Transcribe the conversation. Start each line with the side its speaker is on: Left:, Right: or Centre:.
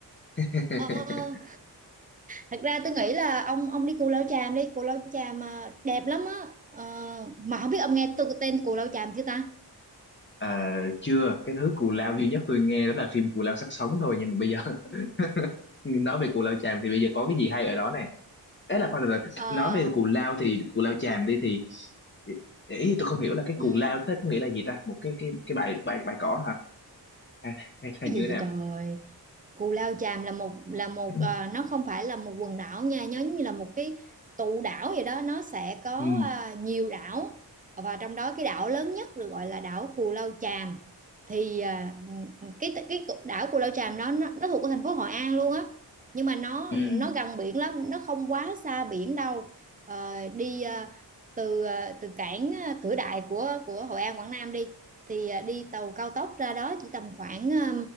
Left: <laughs>
Right: ờ, thật ra tôi nghĩ là ông ông đi Cù Lao Chàm đi Cù Lao Chàm à, đẹp lắm á Ờ, mà không biết ông nghe tôi tên Cù Lao Chàm chưa ta
Left: Ờ, chưa cái thứ cù lao duy nhất tôi nghe đó là phim cù lao xác sống thôi nhưng mà bây giờ <laughs> nói về cù lao chàm thì bây giờ có cái gì hay ở đó nè ấy là khoan từ từ.
Right: Ờ,
Left: nói về cù lao thì cù lao chàm đi thì ý thì tôi không hiểu là cái
Right: ừm,
Left: cù lao thế có nghĩa là gì ta một cái cái cái bãi bãi bãi cỏ hả hay, hay là
Right: cái
Left: như
Right: gì
Left: thế
Right: vậy
Left: nào
Right: trời Cù Lao Chàm là một là một
Left: <clears throat>
Right: à, nó không phải là một quần đảo nha nhớ như là một cái tụ đảo vậy đó nó sẽ có
Left: ừ
Right: à, nhiều đảo và trong đó cái đảo lớn nhất được gọi là đảo Cù Lao Chàm thì à, cái cái đảo Cù Lao Chàm đó nó, nó thuộc của thành phố Hội An luôn á nhưng mà nó
Left: ừ
Right: nó gần biển lắm nó không quá xa biển đâu Ờ, đi à, từ à, từ cảng à, Cửa Đại của của Hội An Quảng Nam đi thì à, đi tàu cao tốc ra đó chỉ tầm khoảng à,